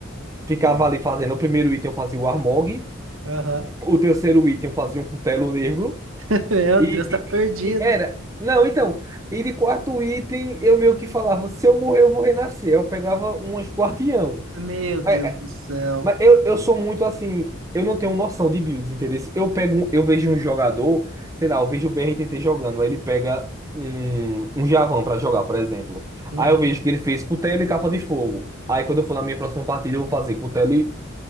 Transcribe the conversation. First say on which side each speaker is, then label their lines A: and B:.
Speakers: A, on the right; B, on the right.
A: ficava
B: Bom.
A: ali fazendo o primeiro item, eu fazia o Armog,
B: Aham.
A: o terceiro item eu fazia um cutelo negro,
B: <laughs> Meu
A: e,
B: Deus, tá perdido.
A: e, e e era. Não, então, e de quarto item eu meio que falava, se eu morrer eu vou renascer. Eu pegava umas guardião.
B: Meu Deus
A: É,
B: do céu.
A: Mas eu, eu sou muito assim, eu não tenho noção de builds, entendeu? Eu pego, um- eu vejo um jogador, sei lá, eu vejo o BRTT jogando, aí ele pega um, um Javan pra jogar, por exemplo.
B: Uhum.
A: Aí eu vejo que ele fez cutelo e capa de fogo. Aí quando eu for na minha próxima partida, eu vou fazer cutelo e